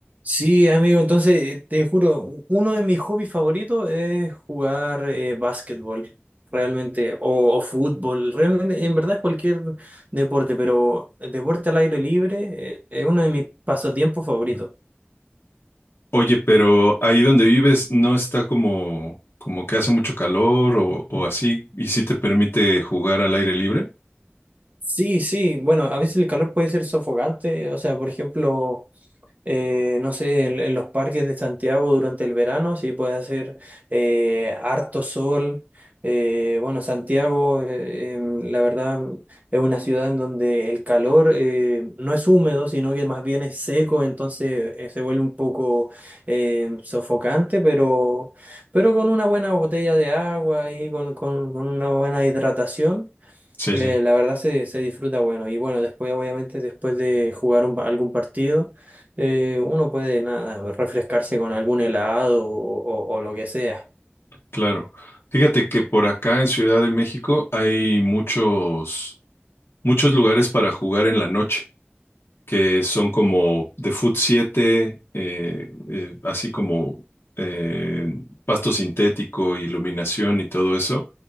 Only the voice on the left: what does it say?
Oye, pero ahí donde vives no está como, como que hace mucho calor o, o así, y sí te permite jugar al aire libre.
Sí,
sí,
claro. Fíjate que por acá en Ciudad de México hay muchos, muchos lugares para jugar en la noche. que son como de Food 7, eh, eh, así como eh, pasto sintético, iluminación y todo eso.